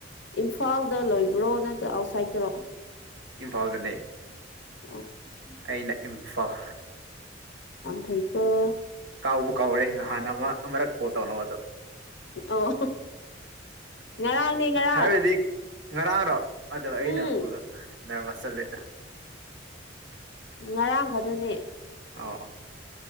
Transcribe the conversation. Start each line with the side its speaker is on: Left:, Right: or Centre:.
Left: ꯏꯝꯐꯥꯜꯗ ꯂꯩ ꯕ꯭ꯔꯣ ꯅꯠꯇ ꯑꯥꯎꯠꯁꯥꯏꯗꯇꯔꯣ
Right: ꯏꯝꯐꯥꯜꯗꯅꯦ
Left: ꯑꯣꯀꯦ
Right: ꯑꯩꯅ ꯏꯝꯐꯥꯜ
Left: ꯐꯩꯀꯣ
Right: ꯀꯥꯎꯕꯨ ꯀꯥꯎꯔꯦ ꯅꯍꯥꯟ ꯑꯃ ꯑꯃꯨꯔꯛ ꯀꯣꯜ ꯇꯧꯅꯕ ꯗꯣ
Left: ꯑꯣ ꯉꯔꯥꯡꯅꯦ ꯉꯔꯥꯡ
Right: ꯍꯥꯏꯕꯗꯤ ꯉꯔꯥꯡꯔꯣ ꯑꯗꯣ ꯑꯩꯅꯕꯨ
Left: ꯎꯝ
Right: ꯅꯔꯚꯁ ꯆꯠꯂꯦꯗ
Left: ꯉꯔꯥꯡ ꯈꯛꯇꯅꯦ
Right: ꯑꯣ ꯑꯣ